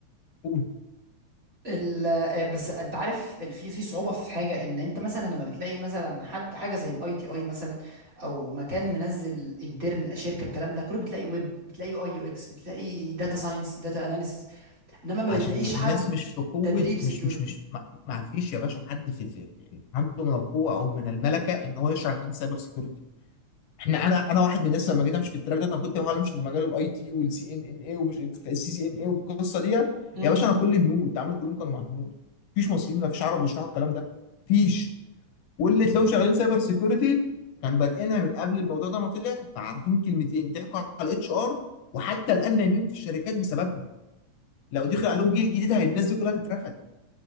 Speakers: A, on the left; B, on the right.
A: قول
B: ال- آه، بس انت عارف ال- في في صعوبه في حاجه ان انت مثلا لما بتلاقي مثلا حد حاجه زي الاي تي اي مثلا او مكان منزل انترن شركه الكلام ده كله بتلاقي ويب بتلاقي يو اي يو اكس بتلاقي داتا ساينس داتا اناليسيز انما ما
A: عشان
B: بتلاقيش
A: الناس
B: حد
A: مش في قوة
B: تدريب سيكيورتي
A: مش مش مش ما ما فيش يا باشا حد في, في عنده من القوة أو من الملكة إن هو يشرح لحد سايبر سيكيورتي احنا انا انا واحد من الناس لما جيت امشي في التراك ده انا كنت بحاول امشي في مجال الاي تي والسي ان ان اي ومش السي سي ان اي والقصه دي
B: امم
A: يا باشا انا كل هنود تعاملي كلهم كانوا مع هنود مفيش مصريين مفيش عرب بيشرحوا الكلام ده مفيش واللي تلاقوهم شغالين سايبر سيكيورتي كان بادئينها من قبل الموضوع ده ما طلع فعارفين كلمتين ضحكوا على الاتش ار وحتى الان نايمين في الشركات بسببهم لو دخل عليهم جيل جديد هي الناس دي كلها تترفد